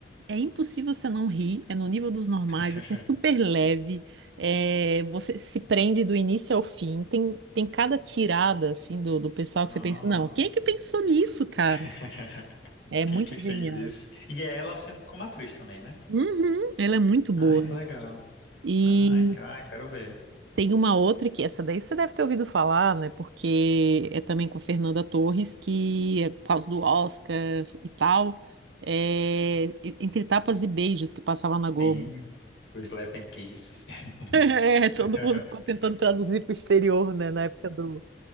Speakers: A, on the right; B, on the left.
A: É impossível você não rir, é no nível dos normais,
B: <laughs>
A: assim, é super leve, é, você se prende do início ao fim, tem, tem cada tirada, assim, do, do pessoal que
B: Nossa.
A: você pensa, não, quem é que pensou nisso, cara?
B: <laughs>
A: É
B: Quem
A: muito
B: que fez
A: genial.
B: isso? E é ela sendo como atriz também, né?
A: Uhum, ela é muito boa.
B: Ai, que legal.
A: E
B: Ai, que- ai, quero ver.
A: tem uma outra que, essa daí você deve ter ouvido falar, né, porque é também com Fernanda Torres, que é por causa do Oscar e tal, é, Entre Tapas e Beijos, que passava na
B: Sim.
A: Globo.
B: O Slap and Kiss.
A: <laughs> É, todo
B: <laughs>
A: mundo ficou tentando traduzir para o exterior, né? Na época do,